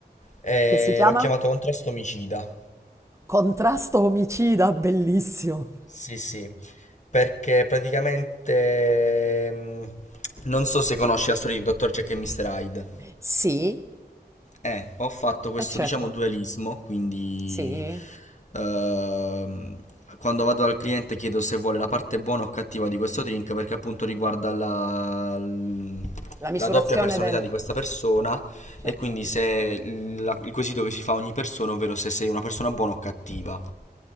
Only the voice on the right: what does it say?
Che si chiama?
Contrasto omicida, bellissimo.
Sì,
eh certo,
sì.
La misurazione
delle...
Certo.